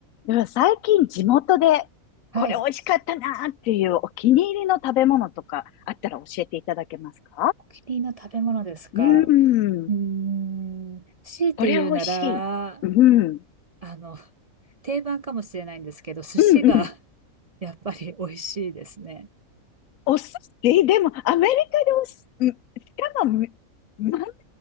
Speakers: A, on the left; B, on the right.
A: でも最近地元でこれ美味しかったなっていうお気に入りの食べ物とかあったら教えていただけますか
B: はい。お気に入りの食べ物ですか。
A: うーん。
B: うーん。強いて言うなら、
A: これ美味しい。うん。
B: あの、定番かもしれないんですけど、寿司が
A: うんうん。
B: <laughs> やっぱり美味しいですね。
A: お寿司でもアメリカでお寿司うんしかもみ真ん中